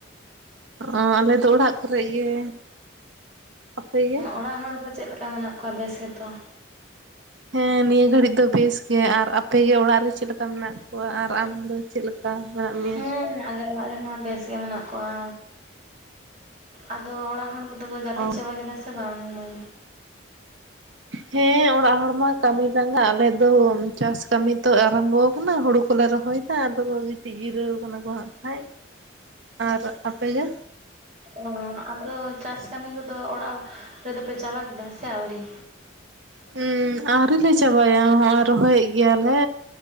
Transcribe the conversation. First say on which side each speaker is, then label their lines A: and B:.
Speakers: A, on the right; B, on the right.
A: ᱚᱸᱻ ᱟᱞᱮ ᱫᱚ ᱚᱲᱟᱜ ᱠᱚᱨᱮᱜ ᱜᱮ᱾ ᱟᱯᱮ ᱜᱮ
B: ᱚᱲᱟᱜ ᱦᱚᱲ ᱠᱚ ᱪᱮᱫ ᱞᱮᱠᱟ ᱢᱮᱱᱟᱜ ᱠᱚᱣᱟ ᱵᱮᱥ ᱜᱮᱛᱚ᱾
A: ᱦᱮᱸ ᱱᱤᱭᱟᱹ ᱜᱷᱟᱹᱲᱤᱡ ᱫᱚ ᱵᱮᱥ ᱜᱮ ᱟᱨ ᱟᱯᱮ ᱜᱮ ᱚᱲᱟᱜ ᱨᱮ ᱪᱮᱫ ᱞᱮᱠᱟ ᱢᱮᱱᱟᱜ ᱠᱚᱣᱟ ᱟᱨ ᱟᱢ ᱫᱚ᱾ ᱪᱮᱫ ᱞᱮᱠᱟ ᱢᱮᱱᱟᱜ ᱢᱮᱭᱟ᱾
B: ᱦᱮᱸ ᱟᱞᱮ ᱚᱲᱟᱜ ᱨᱮᱦᱚᱸ ᱵᱮᱥ ᱜᱮ ᱢᱮᱱᱟᱜ ᱠᱚᱣᱟ ᱟᱫᱚ ᱚᱲᱟᱜ ᱦᱚᱲ ᱠᱚᱫᱚ᱾ ᱫᱚᱠᱚ ᱡᱟᱹᱯᱤᱫ
A: ᱚ
B: ᱪᱟᱵᱟ ᱠᱮᱫᱟ ᱥᱮ ᱵᱟᱝ ᱢᱟᱹᱭ᱾
A: ᱦᱮᱸ ᱚᱲᱟᱜ ᱦᱚᱲ ᱢᱟ ᱠᱟᱹᱢᱤ ᱞᱟᱸᱜᱟ ᱟᱞᱮ ᱫᱚ ᱪᱟᱥ ᱠᱟᱹᱢᱤ ᱛᱚ ᱟᱨᱟᱢᱵᱚ ᱠᱟᱱᱟ ᱦᱳᱲᱳ ᱠᱚᱞᱮ ᱨᱚᱦᱚᱭ᱾ ᱦᱮ ᱟᱫᱚ ᱠᱚ ᱜᱤᱛᱤᱡ ᱡᱤᱨᱟᱹᱣ ᱟᱠᱟᱱᱟ ᱠᱚ ᱦᱟᱸᱜ ᱠᱷᱟᱡ ᱟᱨ ᱟᱯᱮ ᱜᱮ᱾
B: ᱚᱸᱻ ᱟᱫᱚ ᱪᱟᱥ ᱠᱟᱹᱢᱤ ᱠᱚᱫᱚ ᱚᱲᱟᱜ ᱨᱮᱫᱚ ᱯᱮ ᱪᱟᱵᱟ ᱠᱮᱫᱟ ᱥᱮ ᱟᱹᱣᱨᱤ᱾
A: ᱦᱩᱸ ᱟᱹᱣᱨᱤ ᱞᱮ ᱪᱟᱵᱟᱭᱟ ᱦᱚᱸᱜᱼᱚᱭ ᱨᱚᱦᱚᱭᱮᱫ ᱜᱮᱭᱟ ᱞᱮ᱾